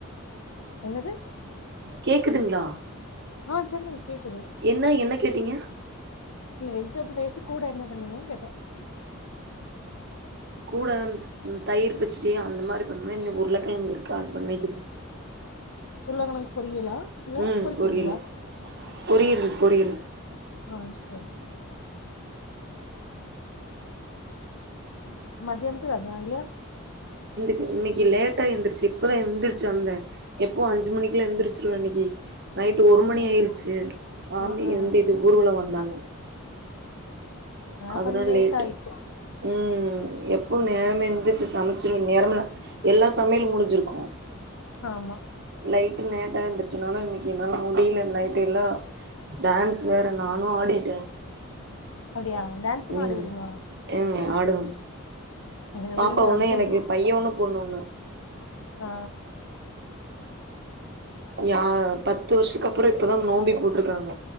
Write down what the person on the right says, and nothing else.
கேக்குதுங்ளா
என்ன என்ன கேட்டீங்க
கூட உம் தயிர் பச்சடி அந்த மாரி பண்ணுவே இன்னி உருளக்கெழங்கு இருக்கு கால் பண்ணிக்கிறோ
ம்
பொரியலு பொரியல் பொரியல்
இன்னிக் இ லேட்டா எந்திருச்சி இப்பதா எந்திரிச்சி வந்தே எப்பவ் அஞ்சு மணிக்குலா எந்திரிச்சுருவே இன்னைக்கி நைட்டு
ஒரு மணி
ஆயிர்ச்சு சாமி
இந் இது ஊர்வலோ வந்தாங்க
அதனாட
லேட்டு்
ம் எ போ நேரமே எந்திச்சு சமைச்சுருவே நேரமில்ல எல்லா சமையலு முடிஞ்சிருக்கூ
லைட்டு நேட்டா எந்துர்ச்சனொன இன்னிக்கி என்னால முடிய்ல நைட்டு எல்லா டேன்ஸ் வேற நானு ஆடிட்ட
ம்
எங் ஆடுவ
பாப்பா ஒன்னு
எனக்கு
பைய ஒன்னு பொண்ணு ஒன்னு
யா பத்து வருஷத்துக்கப்பற இப்பதா நோம்பி போட்ருக்காங்க